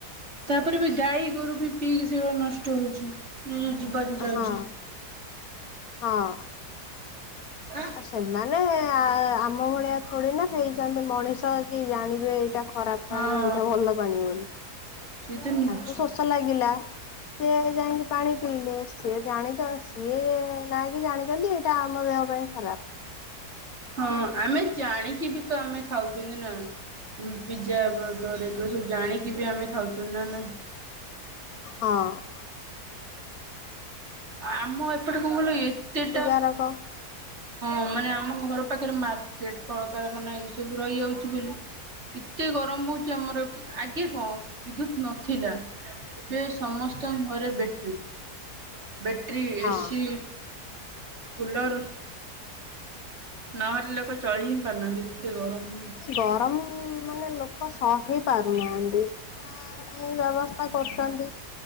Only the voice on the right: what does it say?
ତାପରେ ବି ଗାଈ ଗୋରୁ ବି ପିଇକି ସେଇଗୁଳା ନଷ୍ଟ ହଉଛି ନି ଜୀବନ ଯାଉଚି।
ଆଁ
ହଁ
ସେଇତ ନିଜ
ହଁ ଆମେ ଜାଣିକି ବି ତ ଆମେ ଖାଉଚୁନ୍ତି ନା। ପିଜା ବର୍ଗର ଏଗୁଡା ସବୁ ଜାଣିକି ବି ଆମେ ଖାଉଛୁ ନା ନାଇ।
ଆମ ଏପଟେ କଣ କହିଲୁ ଏତେଟା
ହଁ ମାନେ ଆମ ଘର ପାଖରେ ମାର୍କେଟ, କଳକରଖାନା ଏଇ ସବୁ ରହିଯାଉଚି ବୋଲି ଏତେ ଗରମ ହଉଛି ଆମର ଆଗେ କଣ ବିଦ୍ୟୁତ ନଥିଲା। ଏବେ ସମସ୍ତଙ୍କ ଘରେ ବେଟ୍ରି, ବେଟ୍ରି,
ଏସି କୁଲର, ନହେଲେ ଲୋକ ଚଳି ହିଁ ପାରୁନାହାନ୍ତି। ଏତେ ଗରମ ହଉଚି।